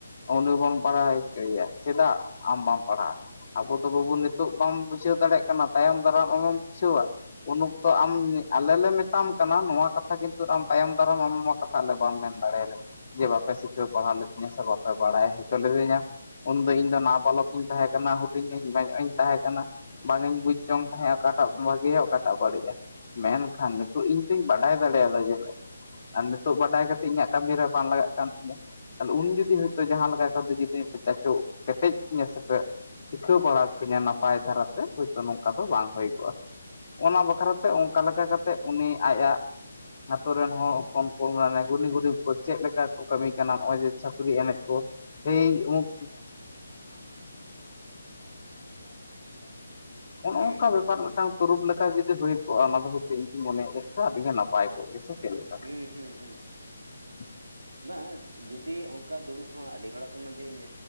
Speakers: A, on the left; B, on the right.
A: ᱩᱱᱤ ᱵᱚᱱ ᱯᱟᱲᱦᱟᱣ ᱦᱚᱪᱚᱭᱟ᱾ ᱪᱮᱫᱟᱜ ᱟᱢ ᱵᱟᱢ ᱯᱟᱲᱦᱟᱜᱼᱟ? ᱟᱵᱚ ᱫᱚ ᱵᱟᱹᱵᱩ ᱱᱤᱛᱚᱜ ᱵᱟᱢ ᱵᱩᱡᱷᱟᱹᱣ ᱫᱟᱲᱮᱭᱟᱜ ᱠᱟᱱᱟ ᱛᱟᱭᱚᱢ ᱫᱟᱨᱟᱢ ᱟᱢᱮᱢ ᱵᱩᱡᱷᱟᱹᱣᱟ ᱩᱱ ᱚᱠᱛᱚ ᱟᱢ ᱟᱞᱮ ᱞᱮ ᱢᱮᱛᱟᱢ ᱠᱟᱱᱟ ᱱᱚᱣᱟ ᱠᱟᱛᱷᱟ ᱠᱤᱱᱛᱩ ᱟᱢ ᱛᱟᱭᱚᱢ ᱫᱟᱨᱟᱢ ᱟᱢ ᱱᱚᱣᱟ ᱠᱟᱛᱷᱟ ᱟᱞᱮ ᱵᱟᱢ ᱢᱮᱱ ᱫᱟᱲᱮᱭᱟᱞᱮᱭᱟ᱾ ᱡᱮ ᱵᱟᱯᱮ ᱥᱤᱠᱷᱟᱹᱣ ᱯᱟᱲᱦᱟᱣ ᱞᱮᱫᱤᱫᱤᱧᱟ ᱥᱮ ᱵᱟᱯᱮ ᱵᱟᱲᱟᱭ ᱦᱚᱪᱚ ᱞᱤᱫᱤᱧᱟ᱾ ᱫᱚ ᱤᱧ ᱫᱚ ᱱᱟ ᱵᱟᱞᱚᱠᱤᱧ ᱛᱟᱦᱮᱸ ᱠᱟᱱᱟ ᱦᱩᱰᱤᱧᱚᱜ ᱤᱧ ᱛᱟᱦᱮᱸ ᱠᱟᱱᱟ᱾ ᱵᱟᱝ ᱤᱧ ᱵᱩᱡᱽ ᱡᱚᱝ ᱛᱟᱦᱮᱸ ᱚᱠᱟᱴᱟᱜ ᱵᱷᱟᱹᱜᱤᱭᱟ ᱚᱠᱟᱴᱟᱜ ᱵᱟᱹᱲᱤᱡᱼᱟ᱾ ᱢᱮᱱᱠᱷᱟᱱ ᱱᱤᱛᱚᱜ ᱤᱧ ᱛᱤᱧ ᱵᱟᱰᱟᱭ ᱫᱟᱲᱮᱭᱟᱫᱟ ᱡᱮ ᱟᱨ ᱱᱤᱛᱚᱜ ᱵᱟᱰᱟᱭ ᱠᱟᱛᱮ ᱤᱧᱟᱹᱜ ᱠᱟᱹᱢᱤ ᱨᱮ ᱵᱟᱝ ᱞᱟᱜᱟᱜ ᱠᱟᱱ ᱛᱤᱧᱟᱹ᱾ ᱩᱱ ᱡᱩᱫᱤ ᱦᱚᱭᱛᱚ ᱡᱟᱦᱟᱸ ᱞᱮᱠᱟ ᱠᱟᱛᱮᱜ ᱡᱩᱫᱤ ᱪᱟᱪᱚ ᱠᱮᱴᱮᱡ ᱠᱤᱧᱟᱹ ᱥᱮᱯᱮ᱾ ᱥᱤᱠᱷᱟᱹᱣ ᱵᱟᱲᱟ ᱠᱤᱧᱟᱹ ᱱᱟᱯᱟᱭ ᱫᱷᱟᱨᱟᱛᱮ ᱦᱚᱭᱛᱚ ᱱᱚᱝᱠᱟ ᱫᱚ ᱵᱟᱝ ᱦᱩᱭ ᱠᱚᱜᱼᱟ᱾ ᱚᱱᱟ ᱵᱟᱠᱷᱨᱟᱛᱮ ᱚᱱᱠᱟ ᱞᱮᱠᱟ ᱠᱟᱛᱮ ᱩᱱᱤ ᱟᱭᱟᱜ ᱟ. ᱛᱩ ᱨᱤᱱ ᱦᱚᱲ ᱦᱚᱯᱚᱱ ᱢᱟᱱᱮ ᱜᱷᱩᱱᱤ ᱜᱷᱩᱨᱤᱯ ᱠᱚ ᱪᱮᱫ ᱞᱮᱠᱟ ᱠᱚ ᱠᱟᱹᱢᱤ ᱠᱟᱱᱟ ᱱᱚᱜᱼᱚᱭ ᱡᱮ ᱪᱷᱟᱹᱯᱨᱤ ᱮᱱᱮᱡ ᱠᱚ ᱮᱭ ᱩᱢᱩᱠ <unintelligible> ᱚᱱᱮ
B: ᱦᱩᱸ
A: ᱚᱝᱠᱟ
B: ᱦᱩᱸ
A: ᱵᱮᱯᱟᱨ ᱢᱤᱫᱴᱟ. ᱝ ᱛᱩᱹᱨᱩᱵᱽ ᱞᱮᱠᱟ ᱡᱩᱫᱤ ᱦᱩᱭ ᱠᱚᱜᱼᱟ ᱚᱱᱟ ᱫᱚ ᱦᱚᱭᱛᱚ ᱤᱧᱫᱩᱧ ᱢᱚᱱᱮᱭᱮᱫ ᱟᱹᱰᱤ ᱜᱮ ᱱᱟᱯᱟᱭ ᱠᱚᱜ ᱜᱮ ᱥᱮ ᱪᱮᱫᱞᱮᱠᱟ?
B: ᱦᱩᱸ ᱦᱩᱸ ᱦᱩᱸ᱾
A: <inaudible>
B: ᱵᱟᱝ ᱡᱩᱫᱤ ᱚᱱᱠᱟ ᱫᱩᱲᱩᱵ ᱦᱚᱸ ᱟᱹᱰᱤ ᱦᱚᱲᱟ ᱛᱚ ᱢᱮᱱᱫᱟᱹᱧ